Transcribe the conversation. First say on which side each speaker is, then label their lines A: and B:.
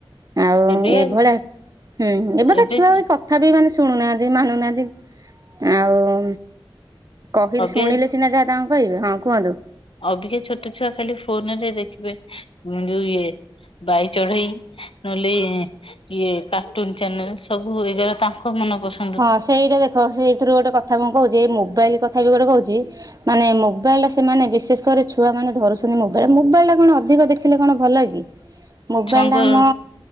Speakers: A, on the right (about 40°); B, on the left (about 75°).
A: ଆଉ
B: ଏବେ
A: ଏଭଳିଆ ହୁଁ ଏବେକା
B: ଏବେ
A: ଛୁଆ ବି କ କଥା ବି ମାନେ ଶୁଣୁ ନାହାନ୍ତି ମାନୁ ନାହାନ୍ତି ଆଉ କହିଲେ
B: ଅବେ
A: ଶୁଣିଲେ ସିନା ଯାହା ତାଙ୍କୁ କହିବେ ହଁ କୁହନ୍ତୁ।
B: ଅବିକା ଛୋଟ ଛୁଆ ଖାଲି ଫୋନରେ ଦେଖିବେ ଯୋଉ ଇଏ ବାଇ ଚଢେଇ ନହେଲେ ଇଏ କାର୍ଟୁନ ଚ୍ୟାନେଲ ସବୁ ଏ ଯୋଉରା ତାଙ୍କ ମନ ପସ
A: ହଁ ସେଇଟା ଦେଖ ସେଇଥିରୁ ଗୋଟେ କଥା ମୁଁ କୋହୁଚି ଏଇ ମୋବାଇଲ କଥା ବି ଗୋଟେ କୋହୁଚି ମାନେ ମୋବାଇଲଟା ସେମାନେ ବିଶେଷ କରି ଛୁଆମାନେ ଧରୁଛନ୍ତି ମୋବାଇଲଟା ମୋବାଇଲଟା କଣ ଅଧିକ ଦେଖିଲେ କଣ ଭଲ କି। <unintelligible> ମୋବାଇଲ
B: ଛୁଆଙ୍କ
A: ଟା ଆମ
B: ହଁ